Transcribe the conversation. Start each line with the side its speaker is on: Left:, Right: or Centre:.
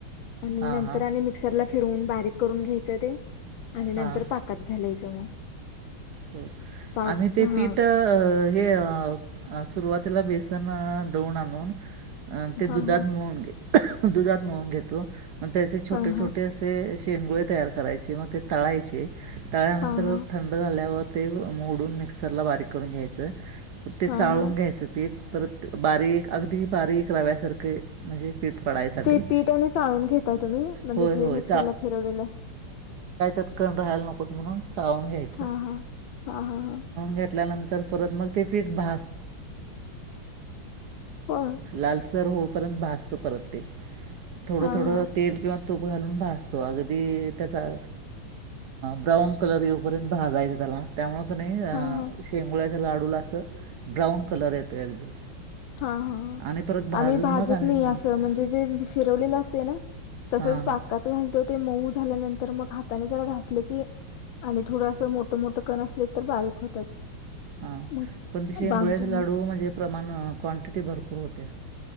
Left: आणि
Right: हां
Left: नंतर
Right: हां
Left: आणि मिक्सरला फिरवून बारीक करून घ्यायचं ते आणि नंतर
Right: हां
Left: पाकात घालायचं मग.
Right: हो
Left: पाक
Right: आम्ही ते
Left: हा
Right: पीठ हे सुरुवात त्याला बेसन दवन आणून अ ते
Left: हा
Right: दुधात
Left: हा
Right: मोळून घे. दुधात मोळून घेतो मग त्याचे छोटे
Left: हा हा
Right: छोटे असे. चेंगुळे तयार करायचे मग ते तळायचे ताळल्यानंतर
Left: हा हा
Right: थंड झाल्या. ते मोडून मिक्सरला बारीक करून घ्यायचं ते
Left: हा
Right: चाळून
Left: हा.
Right: घ्यायचं तेी परत बारीक अगदी बारीक लाव्यासारखे म्हणजे पीठ पडायसाठी
Left: ते पीठ आणि चाळून घेता तुम्ही म्हणजे
Right: होय
Left: जे
Right: होय
Left: मिक्सरला फिरवलेलं अस.
Right: न म्हण चाळ घ
Left: हा हा हा हा हा
Right: रीकामा
Left: होय
Right: आहे. होपर्यंत भासत परत ते थोडं
Left: हा
Right: थोडं
Left: हा
Right: तेल किंवा <unintelligible> तूप घालून भाजतो अगदी त्याचा ब्राऊन कलर येऊपर्यंत भाजायचं त्याला त्यामु क नाही अ
Left: हा हा
Right: शेंगोळ्याच्या लाडूला असं ब्राऊन कलर येतो अगदी
Left: हा हा
Right: आणि परत भाजून
Left: आम्ही भाजत
Right: मग आम्ही
Left: नाही
Right: नंतर
Left: असं म्हणजे जे फिरवलेलं असते ना. तसेच
Right: हां हां
Left: पाकात घालतो ते मऊ झाल्यानंतर मग हाताने जरा घासलं की आणि थोडंसं मोठं मोठं कण असले तर बारीक होतात.
Right: हा
Left: मग
Right: पण ति श हंगोळ्याचे
Left: बांधतो
Right: लाडू
Left: मग
Right: म्हणजे प्रमाण क्वांटिटी भरपूर होते्या.